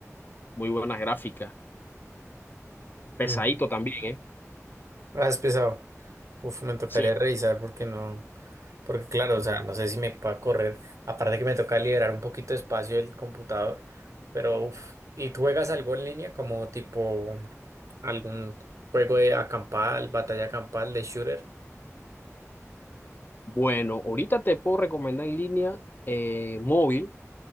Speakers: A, on the left; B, on the right.
A: muy buenas gráficas, pesadito
B: Mm.
A: también, ¿eh?
B: Ah, es pesado. Uf, me tocaría
A: Sí.
B: revisar porque no, porque claro, o sea, no sé si me pueda correr, aparte que me toca liberar un poquito de espacio del computador, pero uf, ¿y tú juegas algo en línea como tipo algún juego de acampada, batalla campal, de shooter,
A: Bueno, ahorita te puedo recomendar en línea eh, móvil,